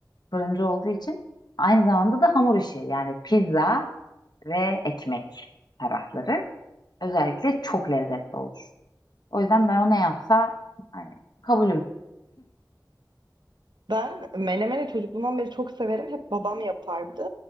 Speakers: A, on the left (about 65°); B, on the right (about 80°).
A: fırıncı olduğu için aynı zamanda da hamur işi yani pizza ve ekmek tarafları özellikle çok lezzetli olur. O yüzden ben o ne yapsa hani kabulüm.
B: Ben menemeni çocukluğumdan beri çok severim. Hep babam yapardı.